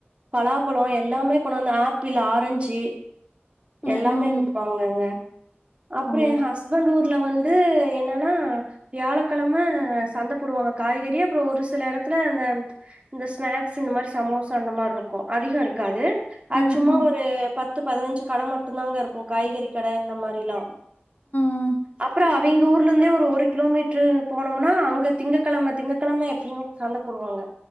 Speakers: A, on the right; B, on the left.
A: பலாப்பழ எல்லா கொண்டு வந்து ஆப்பிள் ஆரஞ்சு
B: ம்
A: எல்லாமே
B: ம்
A: விப்பாங்கங்க அப்புற
B: ஓ
A: ஏ ஹஸ்பண்ட் ஊர்ல வந்து என்னன்னா வியாழக்கழம சந்த போடுவாங்க காய்கறி அப்றோ ஒரு சில எடத்துல அந்த இந்த ஸ்நாக்ஸ் இந்த மாரி சமோசா அந்த மார்ருக்கும் அதிக இருக்காது அது
B: ம்
A: சும்மா
B: ம்
A: ஒரு பத்து பதுனஞ்சு கட மட்டு தாங்க இருக்கு காய்கறி கட இந்த மாரில்லா
B: ம்
A: அப்புறோ அக் வீங்க ஊர்லந்தே ஒரு கிலோமீட்ரு போனோம்னா அங்க திங்கக்கழம திங்கக்கழம எப்பு சந்த போடுவாங்க